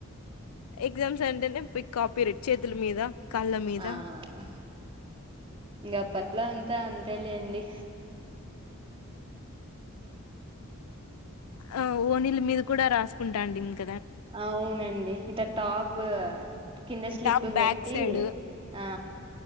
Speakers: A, on the left (about 85°); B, on the right (about 25°).
A: ఎగ్జామ్స్ అంటేనే పీకాపీ రెట్ చేతుల మీద కాళ్ళ మీద
B: ఆ ఆహ్ గప్పత్ అట్లా అంతా అంతే లేండి
A: ఆ ఓనిల్ మీద కూడా రాసుకుంటాండ్ ఇంక్
B: అవునండి. ఇట టాప్ కింద స్లిపు
A: టాప్
B: పెట్టి
A: బ్యాక్ సైడ్
B: ఆ